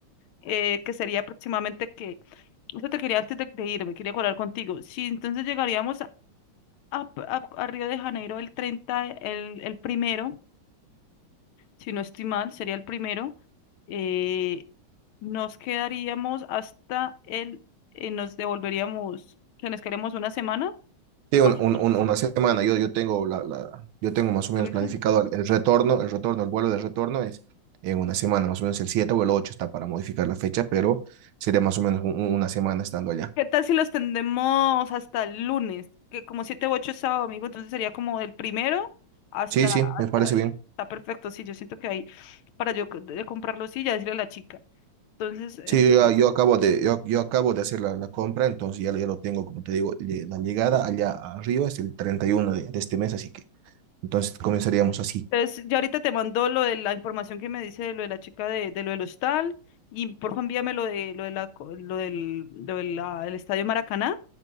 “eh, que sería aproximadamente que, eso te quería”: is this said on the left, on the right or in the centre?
Left